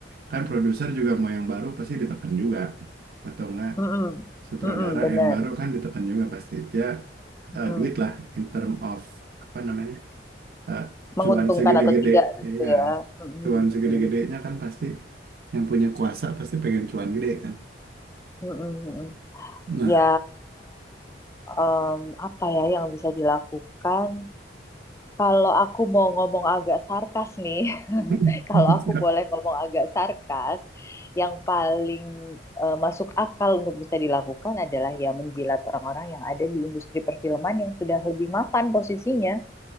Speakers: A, on the right; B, on the left.
A: kan produser juga mau yang baru pasti ditekan juga atau enggak
B: Mm-mm.
A: sutradara
B: Mm-mm, benar.
A: yang baru kan ditekan juga pasti ya eh,
B: Mm.
A: duit lah in term of apa namanya eh,
B: Menguntungkan
A: cuan segede-gede
B: atau tidak gitu
A: ya
B: ya. Mm-mm.
A: cuan segede-gedenya
B: Mm-mm.
A: kan pasti yang punya kuasa pasti pengen cuan gede kan
B: Mm-mm. Mm-mm.
A: nah
B: Ya, em, apa ya yang bisa dilakukan? Kalau aku mau ngomong agak sarkas nih, <laughs>
A: <laughs>
B: kalau aku boleh ngomong agak sarkas, yang paling eh, masuk akal untuk bisa dilakukan adalah ya menjilat orang-orang yang ada di industri perfilman yang sudah lebih mapan posisinya.